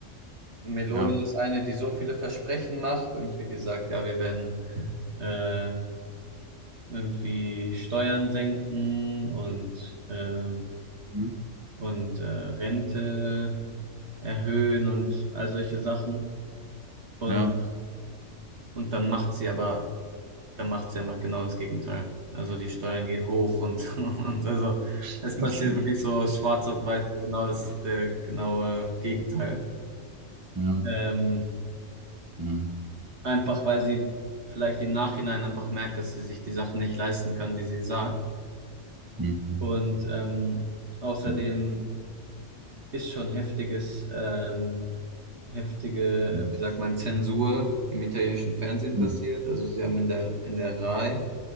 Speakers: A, on the right (about 60°); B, on the right (about 20°).
A: Meloni
B: Ja.
A: ist eine, die so viele Versprechen macht, irgendwie die sagt, ja, wir werden äh, irgendwie Steuern senken und, äh,
B: Hm?
A: und äh, Rente erhöhen und all solche Sachen. Und,
B: Ja.
A: und dann macht sie aber dann macht sie einfach genau das Gegenteil. Also die Steuern gehen hoch und, <laughs> und also
B: <laughs>
A: es passiert
B: Okay.
A: wirklich so schwarz auf weiß, so genau das der genaue Gegenteil.
B: Ja.
A: Ähm,
B: Hm.
A: einfach weil sie vielleicht im Nachhinein einfach merkt, dass sie sich die Sachen nicht leisten kann, die sie sagt.
B: Mhm.
A: Und ähm, außerdem
B: Hm.
A: ist schon heftiges, ähm, heftige,
B: Shit.
A: wie sagt man, Zensur im italienischen Fernsehen
B: Hm.
A: passiert. Also sie haben in der, in der RAI,